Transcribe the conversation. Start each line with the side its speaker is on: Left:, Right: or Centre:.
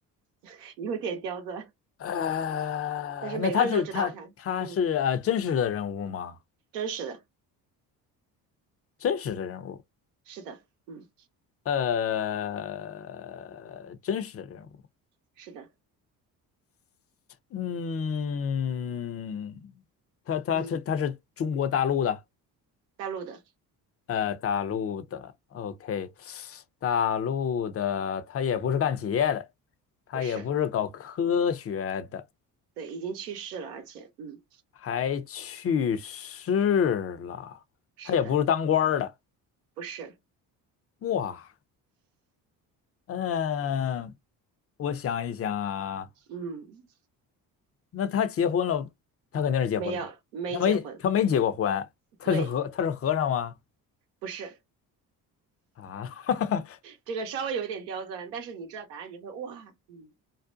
Right: <laughs> 有点刁钻，
Left: 呃，
Right: 但是每个人都知道他，
Left: 那他是他他是呃真实的人物吗？
Right: 嗯，真实的，
Left: 真实的人物，
Right: 是的，嗯，
Left: 呃，真实的人物。
Right: 是的。
Left: 嗯，他他他他是中国大陆的，
Right: 嗯，大陆的
Left: 呃，大陆的，OK，大陆的，他也不是干企业的，他也不是搞科学的，
Right: 不是，对，已经去世了，而且，嗯，
Left: 还去世了，
Right: 是的，
Left: 他也不是当官儿的，
Right: 不是，
Left: 哇，嗯，我想一想啊，
Right: 嗯，
Left: 那他结婚了，他肯定是结婚了吧？
Right: 没有，没结婚，
Left: 他没他没结过婚，他是和他是和尚吗？
Right: 对，不是，
Left: 啊，<laughs>
Right: 这个稍微有一点刁钻，但是你知道答案，你会哇，嗯，